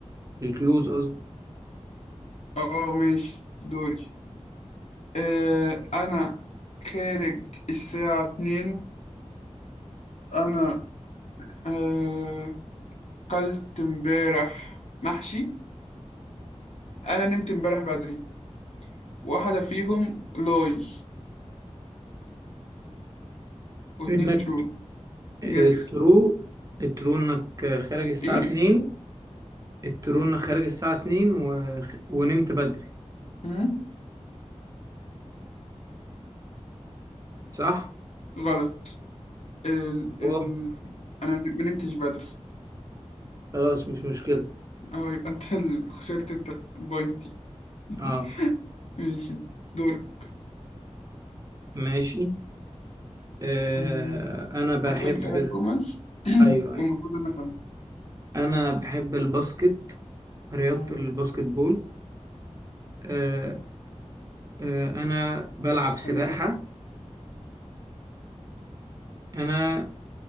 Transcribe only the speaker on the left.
اه ماشي دوري آه أنا خارج الساعة اتنين أنا آه قلت امبارح محشي أنا نمت امبارح بدري واحدة فيهم لاي واتنين
ترو
جس
إيه؟
مم؟
غلط ال
ال أنا ما نمتش بدري
أهو يبقى أنت ال... خسرت أنت البوينت دي
<laughs> ماشي دورك
مم.
هتقول تلات
جمل <clears throat>
والمفروض
أنا أفهم
مم.
أيوه